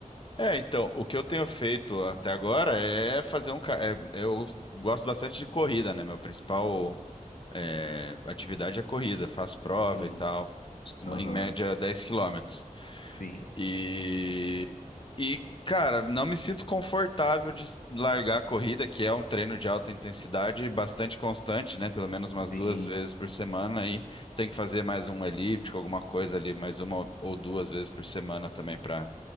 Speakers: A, on the left; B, on the left.
A: É, então, o que eu tenho feito até agora é fazer um. ca- é, eu gosto bastante de corrida, né? Meu principal é, atividade é corrida. Faço prova
B: Sim,
A: e tal. costumo-
B: aham,
A: Em média, 10 quilômetros.
B: Sim,
A: E, e, cara, não me sinto confortável de largar a corrida, que é um treino de alta intensidade bastante constante, né? Pelo menos umas
B: sim,
A: duas vezes por semana. Aí tem que fazer mais um elíptico, alguma coisa ali, mais uma ou duas vezes por semana também para